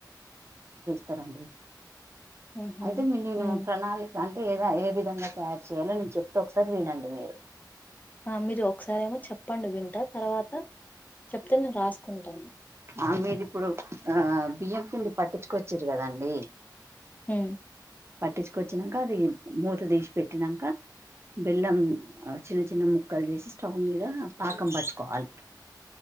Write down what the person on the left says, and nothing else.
హ్మ్ హు
హ్మ్
ఆ మీరు ఒకసారి ఏమో చొప్పండి వింట తర్వాత చొప్తే నేను రాసుకుంటాను
ఉ